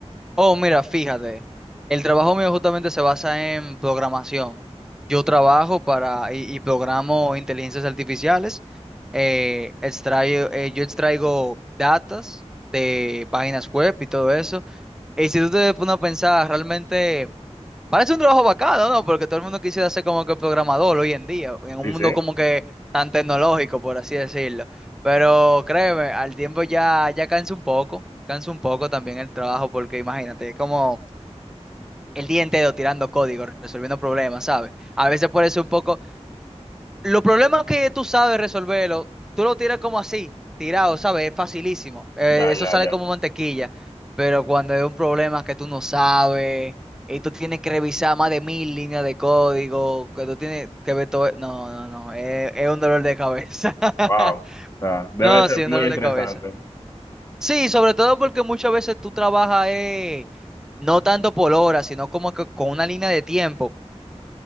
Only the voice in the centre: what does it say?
oh, mira, fíjate, el trabajo mío justamente se basa en programación. Yo trabajo para y, y programo inteligencias artificiales. eh, extraigo- eh, yo extraigo datas de páginas web y todo eso. Y si tú te pones a pensar, realmente... Parece un trabajo bacano, ¿no? Porque todo el mundo quisiera ser como que programador hoy en día, en un
mundo
como que tan tecnológico, por así decirlo. Pero créeme, al tiempo ya, ya cansa un poco, cansa un poco también el trabajo, porque imagínate, es como el día entero tirando código, resolviendo problemas, ¿sabes? A veces por eso un poco, los problemas que tú sabes resolverlo, tú lo tiras como así, tirado, ¿sabes? Es facilísimo. Eh,
eso
sale
como mantequilla. Pero cuando es un problema que tú no sabes y tú tienes que revisar más de mil líneas de código, que tú tienes que ver todo. No, no, no. Es, es un dolor de cabeza. <laughs>
No,
sí, un
dolor
de cabeza. Sí, sobre todo porque muchas veces tú trabajas eh, no tanto por hora, sino como que con una línea de tiempo